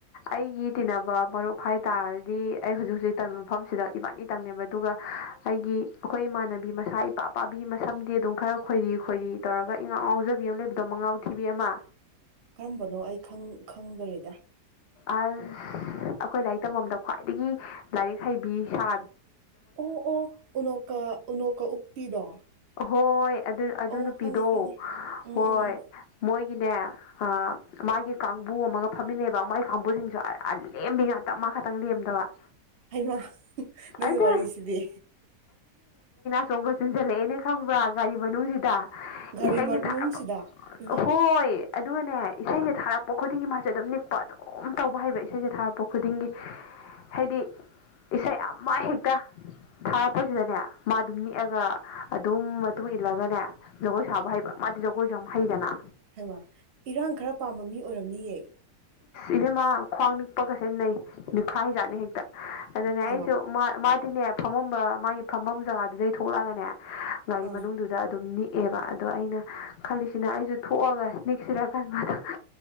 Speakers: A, on the left (about 65°); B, on the right (about 55°).
A: ꯑꯩꯒꯤ ꯇꯤꯟꯅꯕ ꯃꯔꯨꯞ ꯍꯥꯏꯇꯥꯥꯔꯗꯤ ꯑꯩ ꯍꯧꯖꯤꯛ ꯍꯧꯖꯤꯛ ꯇꯝꯃꯤꯕ ꯃꯐꯝꯁꯤꯗ ꯏꯕꯥꯠꯅꯤꯇꯪꯅꯦꯕ ꯑꯗꯨꯒ ꯑꯩꯒꯤ ꯑꯩꯈꯣꯏ ꯏꯃꯥꯟꯅꯕꯤ ꯃꯁꯥ ꯏꯄꯥ ꯄꯥꯕꯤ ꯃꯁꯝꯗꯤ ꯑꯗꯨꯝ ꯈꯔ ꯈꯣꯏꯔꯤ ꯈꯣꯏꯔꯤ ꯇꯧꯔꯒ ꯏꯉꯥꯎ ꯍꯧꯖꯕꯤ ꯑꯃ ꯂꯩꯕꯗꯣ ꯃꯉꯥꯎ ꯊꯤꯕꯤ ꯑꯃ
B: ꯀꯔꯝꯕꯅꯣ ꯑꯩ ꯈꯪꯗꯣꯔꯤꯗ
A: ꯑ ꯑꯩꯈꯣꯏ ꯂꯥꯏꯔꯤꯛ ꯇꯝꯐꯝꯗ ꯈ꯭ꯋꯥꯏꯗꯒꯤ ꯂꯥꯏꯔꯤꯛ ꯍꯩꯕꯤ ꯁꯥ
B: ꯑꯣ ꯑꯣ ꯎꯅꯧꯀ ꯎꯅꯣꯀꯣ ꯎꯞꯄꯤꯗꯣ
A: ꯍꯣꯏ ꯑꯗꯨ ꯑꯗꯨ
B: ꯑꯣ
A: ꯅꯨꯄꯤꯗꯣ
B: ꯈꯪꯉꯦ ꯈꯪꯉꯦ ꯎꯝ
A: ꯍꯣꯏ
B: ꯎꯝ ꯎꯝ
A: ꯃꯣꯏꯒꯤꯅꯦ ꯃꯥꯒꯤ ꯀꯥꯡꯕꯨ ꯑꯃꯒ ꯐꯝꯃꯤꯟꯅꯩꯕ ꯃꯥꯏ ꯀꯥꯡꯕꯨꯁꯤꯡꯁꯨ ꯑ ꯂꯦꯝꯕꯤ ꯉꯥꯛꯇꯞ ꯃꯥ ꯈꯛꯇꯪ ꯂꯦꯝꯗꯕ
B: ꯍꯥꯏꯃ ꯅꯪꯒꯤ
A: ꯑꯗꯨ
B: ꯋꯥꯔꯤꯁꯤꯗꯤ
A: ꯆꯣꯡꯒꯠ ꯆꯤꯟꯁꯤꯜꯂꯛꯑꯦꯅ ꯈꯪꯕ꯭ꯔꯥ ꯒꯥꯔꯤ ꯃꯅꯨꯡꯁꯤꯗ
B: ꯒꯥꯔꯤ
A: ꯏꯁꯩꯁꯤꯦ
B: ꯃꯅꯨꯡꯁꯤꯗ
A: ꯊꯥꯔꯄ
B: ꯏꯃꯥ
A: ꯍꯣꯏ ꯑꯗꯨꯒꯅꯦ ꯏꯁꯩꯁꯦ ꯊꯥꯔꯛꯄ ꯈꯨꯗꯤꯡꯒꯤ ꯃꯥꯁꯦ ꯑꯗꯨꯝ ꯅꯤꯛꯄ ꯑꯗꯣ ꯝ ꯇꯧꯕ ꯍꯩꯕ ꯏꯁꯩꯁꯦ ꯊꯥꯔꯛꯄ ꯈꯨꯗꯤꯡꯒꯤ ꯍꯥꯏꯗꯤ ꯏꯁꯩ ꯑꯃꯃ ꯍꯦꯛꯇ ꯊꯥꯔꯛꯄꯁꯤꯗꯅꯦ ꯃꯥ ꯑꯗꯨꯝ ꯅꯤꯦꯛꯑꯒ ꯑꯗꯨꯝ ꯃꯇꯨꯡ ꯏꯜꯂꯒꯅꯦ ꯖꯒꯣꯏ ꯁꯥꯕ ꯍꯩꯕ ꯃꯥꯗꯤ ꯖꯒꯣꯏꯁꯨ ꯌꯥꯝ ꯍꯩꯗꯅ
B: ꯍꯥꯏꯃ ꯏꯔꯥꯡ ꯈꯔ ꯄꯥꯝꯕ ꯃꯤ ꯑꯣꯏꯔꯝꯅꯤꯌꯦ
A: ꯏꯚꯦꯝꯃ ꯈ꯭ꯋꯥꯡ ꯅꯤꯛꯄꯒꯁꯦꯟꯅꯩ ꯈꯥ ꯍꯤꯖꯥꯠꯅꯤ ꯍꯦꯛꯇ ꯑꯗꯨꯅꯦ
B: ꯍꯩꯃ
A: ꯑꯩꯁꯨ ꯑꯗꯨꯗꯤꯅꯦ ꯐꯝꯃꯝꯕ ꯃꯥꯒꯤ ꯐꯝꯐꯝ ꯖꯒꯥꯗꯨꯗꯩ ꯊꯣꯛꯂꯛꯑꯒꯅꯦ ꯒꯥꯔꯤ
B: ꯑꯥ
A: ꯃꯅꯨꯡꯗꯨꯗ ꯑꯗꯨꯝ ꯅꯤ ꯛꯑꯦꯕ ꯑꯗꯣ ꯑꯩꯅ ꯈꯜꯂꯤꯁꯤꯅ ꯑꯩꯁꯨ ꯊꯣꯛꯑꯒ ꯅꯤꯛꯁꯤꯔꯀꯥꯟꯕꯗꯣ